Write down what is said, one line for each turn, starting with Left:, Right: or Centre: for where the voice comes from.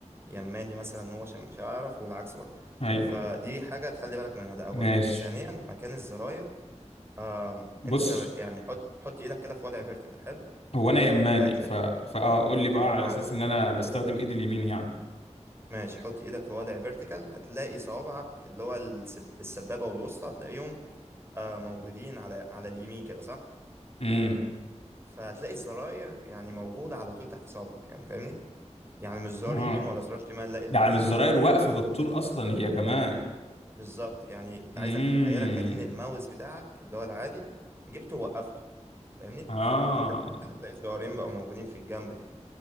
Right: يماني مثلا هو عشان مش هيعرف والعكس برضه
Left: أيوه
Right: فدي حاجة تخلي بالك منها ده أولا
Left: ماشي
Right: ثانيا مكان الزراير أم،
Left: بص
Right: أنت زي ما- يعني حط حط إيدك كده في وضع فيرتيكال حلو
Left: هو أنا يماني
Right: فهتلاقي
Left: ف... فأقول لي بقى على
Right: اه
Left: أساس إن أنا بستخدم إيدي اليمين يعني
Right: ماشي حط إيدك في وضع فيرتيكال هتلاقي صوابعك اللي هو السب... السبابة والوسطى هتلاقيهم آه موجودين على على اليمين كده صح
Left: امم
Right: فهتلاقي الزراير يعني موجودة على طول تحت صوابعك يعني فاهمني يعني مش زرار
Left: اه
Right: يمين ولا زرار شمال لا الاتنين
Left: يعني الزراير
Right: موجودين
Left: واقفة بالطول اصلا هي كمان
Right: بالظبط يعني انت
Left: امم
Right: عايزك تتخيلها كأن الماوس بتاعك اللي هو العادي جبته ووقفته فاهمني
Left: اه
Right: مجرد هتلاقي الزرارين بقوا موجودين في الجنب كده